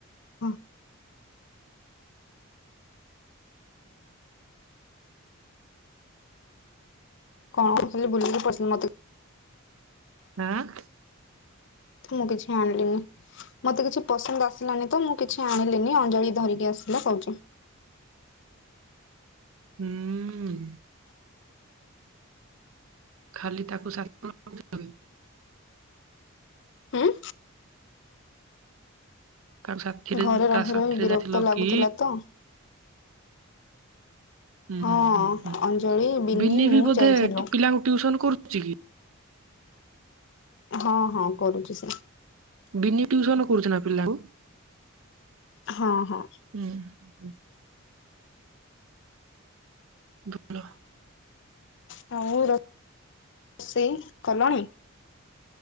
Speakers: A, on the left; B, on the right.
A: ହଁ କଣ କହୁଥିଲି ବୁଲିକି <unintelligible>
B: <unintelligible>
A: ତ ମୁଁ କିଛି ଆଣିଲିନି। ମତେ କିଛି ପସନ୍ଦ ଆସିଲାନି ତ ମୁଁ କିଛି ଆଣିଲିନି ଅଞ୍ଜଳି ଧରିକି ଆସିଲା କହୁଚି।
B: ହୁଁ ଉ ଖାଲି ତାକୁ ସା <unintelligible> <unintelligible>
A: ହୁଁ
B: କା ସାଥିରେ
A: ଘରେ ରହି
B: କା ସାଥିରେ
A: ରହି ବିରକ୍ତ
B: ଯାଇଥିଲ
A: ଲାଗୁଥିଲା
B: କି?
A: ତ।
B: ହୁଁ
A: ହଁ
B: ହୁଁ ହୁଁ ହୁଁ
A: ଅଞ୍ଜଳି ବିନି
B: ବିିନି
A: ମୁଁ
B: ବି ବୋଧେ
A: ଯାଇଥିଲୁ।
B: ପିଲାଙ୍କୁ ଟିଉସନ କରୁଛି କି?
A: ହଁ ହଁ କରୁଛି ସେ।
B: ବିନି ଟ୍ୟୁସନ କରୁଚି ନ ପିଲାଙ୍କୁ?
A: ହଁ ହଁ।
B: ହୁଁ। ହୁଁ। ଭଲ।
A: ହଁ ମୁଁ ରୋ ରୋଷେଇ କଲଣି?